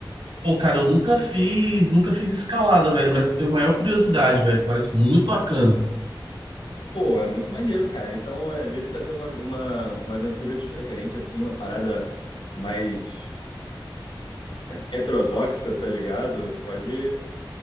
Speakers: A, on the right (about 90°); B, on the left (about 80°).
A: Pô, cara, eu nunca fiz, nunca fiz escalada, velho, mas eu tenho maior curiosidade, velho. Parece muito bacana.
B: Pô, é muito maneiro, cara. Então, é, às vezes, fazer uma, uma, uma aventura diferente, assim, uma parada mais heterodoxa, tá ligado? Pode,